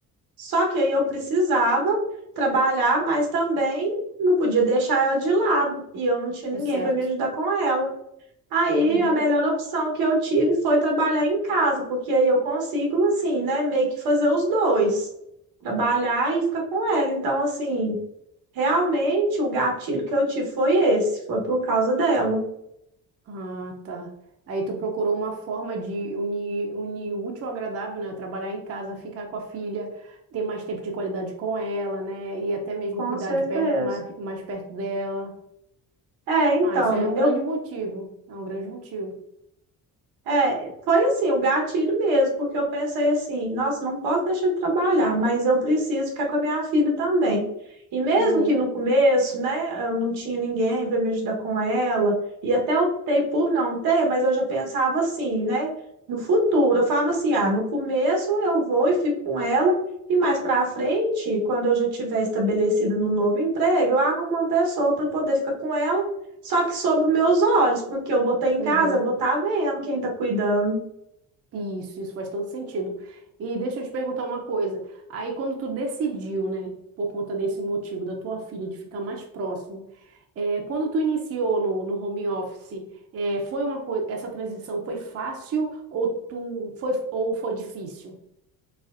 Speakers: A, on the right; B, on the right.
A: Só que aí eu precisava trabalhar, mas também não podia deixar ela de lado e eu não tinha ninguém
B: deu certo.
A: para me ajudar com ela. Aí
B: Uhum.
A: a melhor opção que eu tive foi trabalhar em casa, porque aí eu consigo, assim, né, meio que fazer os dois, trabalhar e ficar com ela. Então, assim, realmente o gatilho que eu tive foi esse, foi por causa dela,
B: Ah, tá. Aí tu procurou uma forma de unir, unir o útil ao agradável, né? Trabalhar em casa, ficar com a filha, ter mais tempo de qualidade com ela, né? E até mesmo
A: com
B: cuidar
A: certeza.
B: de per mais, mais perto dela.
A: É, então,
B: Ah, isso aí é um
A: eu
B: grande motivo. É um grande motivo.
A: É, foi assim, o gatilho mesmo, porque eu pensei assim, nossa, não posso deixar de trabalhar, mas eu preciso ficar com a minha filha também. E mesmo
B: Uhum,
A: que no começo, né, eu não tinha ninguém para me ajudar com ela, e até optei por não ter, mas eu já pensava assim, né, no futuro, eu falava assim, ah, no começo eu vou e fico com ela, e mais para frente, quando eu já tiver estabelecida no novo emprego, eu arrumo uma pessoa para poder ficar com ela só que sob os meus olhos, porque eu vou estar em
B: uhum.
A: casa, eu vou estar vendo quem está cuidando.
B: Isso, isso faz todo sentido. E deixa eu te perguntar uma coisa. Aí, quando tu decidiu, né, por conta desse motivo da tua filha de ficar mais próximo, eh, quando tu iniciou no, no home office, eh, foi uma coisa, essa transição foi fácil ou tu foi ou foi difícil?